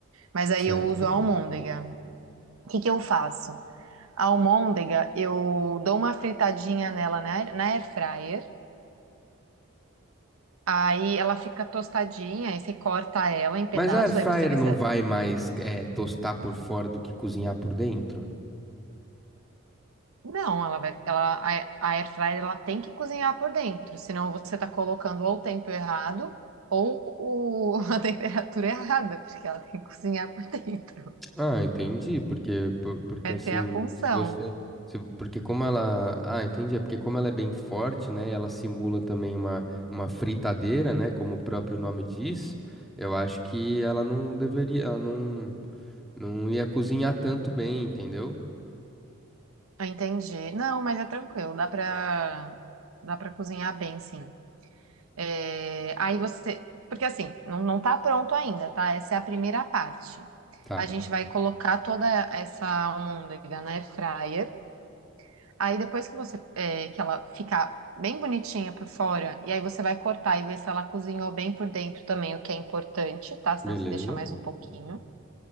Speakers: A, on the right (about 80°); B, in the centre.
A: Mas aí
B: Certo.
A: eu uso a almôndega. O que que eu faço? A almôndega, eu dou uma fritadinha nela na, air- na air fryer. Aí ela fica tostadinha, aí você corta ela em pedaços,
B: Mas a air fryer
A: aí você vê
B: não
A: se
B: vai mais é, tostar por fora do que cozinhar por dentro?
A: Não, ela vai, ela, a, a air fryer ela tem que cozinhar por dentro, senão você está colocando ou o tempo errado ou o- <laughs> a temperatura errada, porque ela tem que cozinhar por dentro.
B: Ah, entendi, porque por- porque
A: Essa
B: assim,
A: é a função.
B: se você se- porque como ela, ah, entendi, é porque como ela é bem forte, né, e ela simula também uma uma fritadeira, né, como o próprio nome diz, eu acho que ela não deveria, ela não não ia cozinhar tanto bem, entendeu?
A: Eu entendi. Não, mas é tranquilo, dá para dá para cozinhar bem, sim. É, aí você, porque assim, não, não tá pronto ainda, tá? Essa é a primeira parte.
B: Tá,
A: A gente vai colocar toda essa almôndega na air fryer. Aí depois que você é, que ela ficar bem bonitinha por fora, e aí você vai cortar e ver se ela cozinhou bem por dentro também, o que é importante, tá? Senão
B: beleza.
A: você deixa mais um pouquinho.